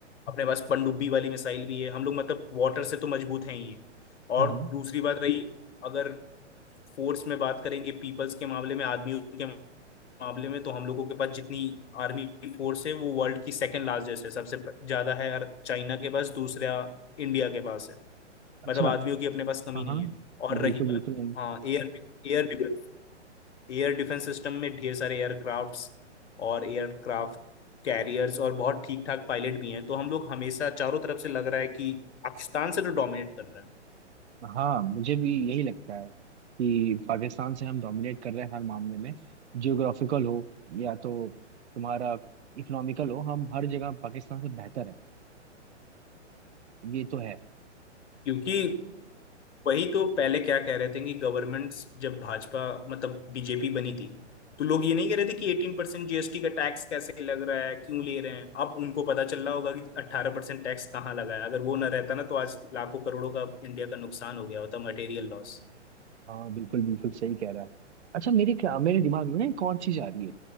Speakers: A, on the left; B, on the right.
A: अपने पास पनडुब्बी वाली मिसाइल भी है हम लोग मतलब वाटर से तो मजबूत हैं ही
B: हम्म
A: और दूसरी बात रही अगर फोर्स में बात करेंगे पीपल्स के मामले में आदमियों के मामले में तो हम लोगों के पास जितनी आर्मी फोर्स है वो वर्ल्ड की सेकंड लार्जेस्ट है सबसे ज्यादा है चाइना के पास दूसरा इंडिया के पास है
B: अच्छा
A: मतलब आदमियों की अपने पास कमी
B: हाँ हाँ
A: नहीं है और रही
B: बिल्कुल बिल्कुल
A: बात हाँ air air defence air defence system में ढेर सारे एयरक्राफ्ट्स और एयरक्राफ्ट कैरियर्स और बहुत ठीक ठाक पायलट भी हैं तो हम लोग हमेशा चारों तरफ से लग रहा है कि पाकिस्तान से तो डोमिनेट कर रहे हैं
B: हाँ मुझे भी यही लगता है कि पाकिस्तान से हम डोमिनेट कर रहे हैं हर मामले में जियोग्राफिकल हो या तो तुम्हारा इकोनॉमिकल हो हम हर जगह पाकिस्तान से बेहतर है ये तो है
A: क्योंकि वही तो पहले क्या कह रहे थे कि गवर्नमेंट्स जब भाजपा मतलब बीजेपी बनी थी तो लोग ये नहीं कह रहे थे कि एटीन परसेंट जीएसटी का टैक्स कैसे लग रहा है क्यों ले रहे हैं अब उनको पता चल रहा होगा कि अट्ठारह परसेंट टैक्स कहाँ लगा है अगर वो ना रहता ना तो आज लाखों करोड़ों का इंडिया का नुकसान हो गया होता मटेरियल लॉस
B: हाँ बिल्कुल बिल्कुल सही कह रहा है अच्छा मेरे क्या मेरे दिमाग में ना एक और चीज आ रही है